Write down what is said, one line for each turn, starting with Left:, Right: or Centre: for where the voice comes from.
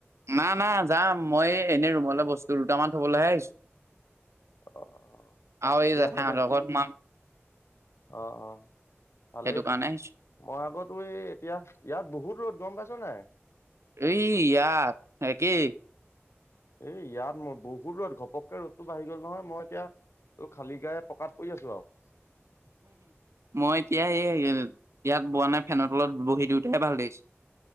Right: না না যাম মই এনেই ৰুমলৈ বস্তু দুটামান থ'বলৈহে আহিছো।
Left: অ'।
Right: আৰু
Left: ঠিকে
Right: এই জেঠাইহঁতৰ
Left: আছে দে
Right: ঘৰত সোমাম।
Left: অ', অ'। ভালে,
Right: সেইটো কাৰণে আহিছো
Left: মই আগতো এই এতিয়া ইয়াত বহুত ৰ'দ গ'ম পাইছ নাই।
Right: এই ইয়াত, একেই।
Left: এ ইয়াত মোৰ বহুত ৰ'দ ঘপককৈ ৰ'দতটো বাঢ়ি গ'ল নহয় মই এতিয়া খালী গাৰে পকাত পৰি আছো আৰু।
Right: মই এতিয়া এই ইয়াত বোৱা নাই ফেনৰ তলত বহি দিওঁতাইে ভাল লাগিছে।